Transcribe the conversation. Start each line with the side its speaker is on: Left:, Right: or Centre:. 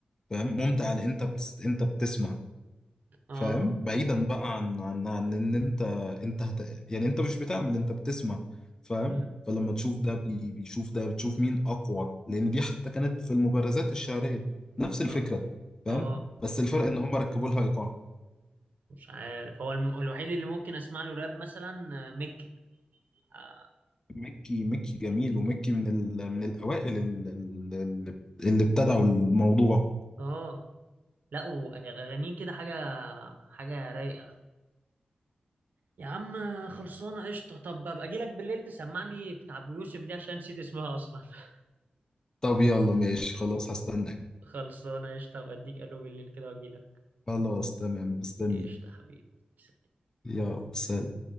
Left: فاهم ممتع لان انت بتس... انت بتسمع
Right: اه
Left: فاهم بعيدا بقى عن عن عن ان انت انت هت... يعني انت مش بتعمل انت بتسمع فاهم
Right: أمم،
Left: فلما تشوف ده بي... بيشوف ده بتشوف مين اقوى لان دي حتى كانت في المبارزات الشعريه نفس الفكره
Right: اه
Left: فاهم
Right: اه
Left: بس الفرق ان هم ركبوا لها ايقاع
Right: مش عارف هو الم... الوحيد اللي ممكن اسمع له راب مثلا آه، ميكي اه
Left: ميكي ميكي جميل وميكي من ال... من الاوائل ال- ال- ال- اللي ابتدعوا الموضوع
Right: آه. لا واغانيه كده حاجه حاجه رايقه يا عم خلصانة قشطة طب ابقى اجيلك بالليل تسمعني بتاع ابو يوسف دي عشان نسيت اسمها اصلا <laughs>
Left: طب يلا ماشي خلاص هستناك
Right: خلصانة قشطة ابقى اديك الو بالليل كده واجيلك
Left: خلاص تمام مستني
Right: قشطة يا حبيبي
Left: يلا سلام